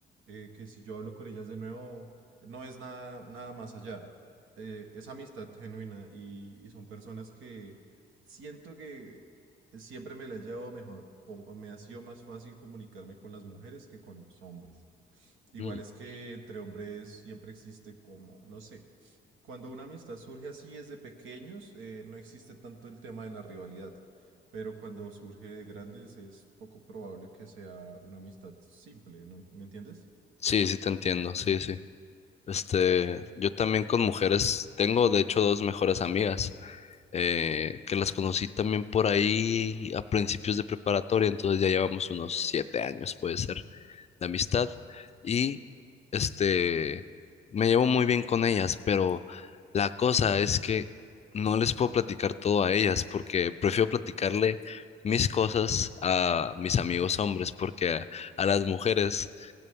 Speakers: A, on the right (about 80°); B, on the left (about 35°).
A: eh, que si yo hablo con ellas de nuevo, no es nada, nada más allá. eh, es amistad genuina y, y son personas que siento que siempre me la he llevado mejor o, o me ha sido más fácil comunicarme con las mujeres que con los hombres. Igual
B: Mm.
A: es que entre hombres siempre existe como, no sé. Cuando una amistad surge así desde pequeños, eh, no existe tanto el tema de la rivalidad, pero cuando surge de grandes es poco probable que sea una amistad simple, ¿no? ¿Me entiendes?
B: Sí, sí te entiendo, sí, sí. Este, yo también con mujeres, tengo de hecho dos mejores amigas, eh, que las conocí también por ahí a principios de preparatoria, entonces ya llevamos unos siete años, puede ser, de amistad, y este, me llevo muy bien con ellas, pero la cosa es que no les puedo platicar todo a ellas, porque prefiero platicarle mis cosas a mis amigos hombres, porque a, a las mujeres